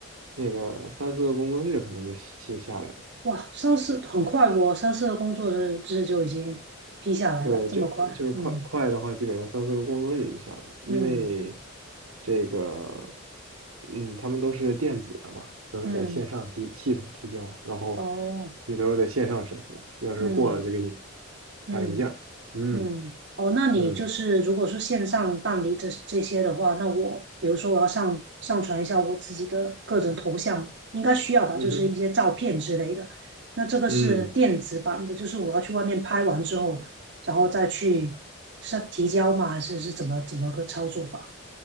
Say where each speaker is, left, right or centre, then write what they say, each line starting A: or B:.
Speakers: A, on the right; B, on the right.
A: 那个三四个工作日可能就下下来了。
B: 哇，上次很快，我上次的工作日志就已经批下来了，
A: 对，
B: 这么快，
A: 这就是快快的话，
B: 嗯
A: 基本上三四个工作日就下来了，因为
B: 嗯
A: 这个，嗯，他们都是电子的嘛，都是在线上提系统提交，
B: 嗯，
A: 然后
B: 哦，
A: 也都是在线上审核，要是过了就给你
B: 嗯嗯。
A: 发邮件儿嗯
B: 嗯，哦，那你就是如果说线上办理这这些的话，
A: 嗯
B: 那我比如说我要上上传一下我自己的个人头像，应该需要吧，
A: 嗯哼
B: 就是一些照片之类的。那这个是电子版的，
A: 嗯，
B: 就是我要去外面拍完之后，然后再去上提交吗？还是是怎么怎么个操作法？